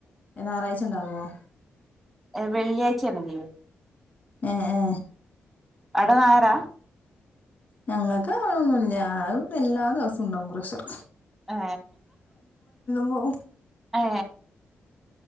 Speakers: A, on the left; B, in the centre.
A: ഞായറാഴ്ച ഉണ്ടാവുമോ
B: വെള്ളിയാഴ്ചയാണല്ലൈവ
A: ആ ആ
B: അട നായരാ
A: ഞങ്ങൾക്ക് ആണൊന്നുംില്ല ഞണ്ട് എല്ലാ ദിവസം ഉണ്ടാവുംക്രഷർ
B: ആ
A: ഓ
B: ഏ